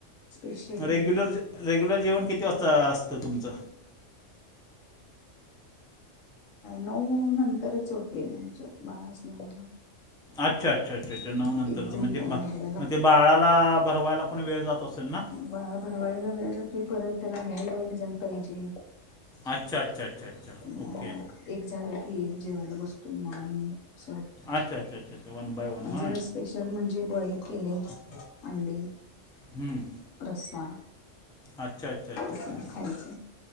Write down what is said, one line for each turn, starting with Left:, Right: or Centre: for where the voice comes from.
Left: स्पेशल
Centre: रेग्युलर
Left: मध्ये
Centre: रेग्युलर जेवण किती वाजता असतं तुमचं?
Left: नऊ नंतरच होतेय आमचं बाळ असल्यामुळ.
Centre: अच्छा अच्छा अच्छा अच्छा नऊ नंतर
Left: एक जण
Centre: म्हणजे
Left: त्याला
Centre: मग
Left: घ्यायला
Centre: ते बाळाला भरवायला पण वेळ जात असेल ना
Left: बाळाला भरवायला वेळ जातोय परत त्याला घ्यायला एक जण पाहिजे.
Centre: अच्छा अच्छा अच्छा. अच्छा
Left: मग
Centre: ओके
Left: एक झालं की एक जेवायला बसतो मग आम्ही अस,
Centre: अच्छ अच्छा अच्छा. वन बाय वन
Left: आमच्या
Centre: हां
Left: रस स्पेशल म्हणजे बॉईल केलय अंडे.
Centre: हम्म.
Left: रसा.
Centre: अच्छा अच्छा अच्छा
Left: अस
Centre: अच्छा
Left: खायचं